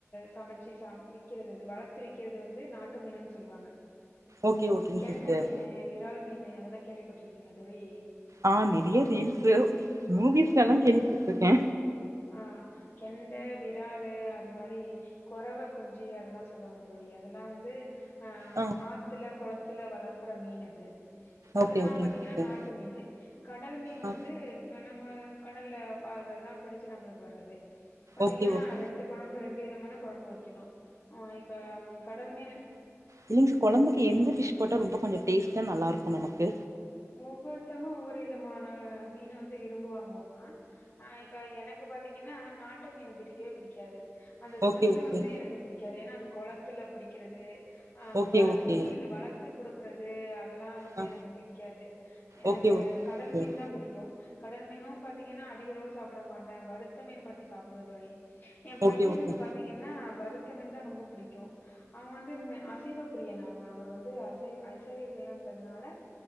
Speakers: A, on the left; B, on the right.
A: சமச்சி சா விக்கிறது வளத்து விக்கிறது வந்து நாட்டு மீனுன்னு சொல்லுவாங்க
B: ஓகே ஓகேங்
A: கெண்ட
B: சிஸ்டர்
A: மீனு விரால் மீன் அதெல்லா கேள்விப்பட்டிருக்கீங்ளா தோழி
B: ஆ நெறைய ரீல்ஸ் மூவிஸ்ல
A: ம்.
B: எல்லா கேள்விபட்டுருக்கே
A: ஆ கெண்ட விராலு அது மாரி கொறவ குஞ்சு அதெல்லா சொல்லுவாங்க தோழி அதெல்லா வந்து அ
B: ஆ
A: ஆத்துல கொளத்துல வளக்குற மீன் அது அதெல்லா
B: ஓகே ஓகேங்
A: பாத்தீங்கனா
B: சிஸ்டர்
A: நாட்டு மீனு கடல் மீன்
B: ஆ
A: வந்து நம்ம கடல்ல வாழ்றதா புடிச்சு நம்மளுக்கு வர்ரது பாத்தீங்கனா
B: ஓகே ஓகே
A: ரெண்டு கொழம்பு ரெண்டு விதமான கொழம்பு வைக்கணும் ஆ இப்ப கடல் மீனு
B: ப்ளிஸு கொழம்புக்கு எந்த ஃபிஷ் போட்டால் ரொம்ப கொஞ்சம் டேஸ்ட்டா நல்லாயிருக்கும் நமக்கு
A: ஒவ்வொருத்தங்க ஒவ்வொரு விதமான மீன் வந்து விரும்புவாங்குவோமா ஆ இப்ப எனக் கு பாத்தீங்கனா நாட்டு மீன் பிடிக்கவே பிடிக்காது அந்த ஸ்மெல்லு
B: ஓகே ஓகே
A: வந்து எனக்கு பிடிக்காது ஏன்னா அது கொளத்துல புடிக்கிறது ஹ
B: ஓகே
A: வளப்பு
B: ஓகே
A: மீன் வளத்து குடுக் க்குறது அதெல்லா வந்து
B: ஆ
A: எனக்கு பிடிக்காது எனக்கு
B: ஓகே ஓகே
A: கடல்மீன்
B: சிஸ்டர்
A: தா பிடிக்கும் கடல் மீனும் பாத்தீங்கனா அதிக அளவு சாப்புட மாட்டே வருத்த மீன் கொஞ்சம் சாப்புடுவே தோழி எ பையனுக்கு
B: ஓகே ஓகே
A: பாத்தீங்கனா வருத்த மீன் தா ரொம்பொ புடிக்கும் அவெ வந்து இந்ந அசைவ பிரியன் அவெ அவரு வந்து அசைவ அசைவ பிரியங்கறதுனால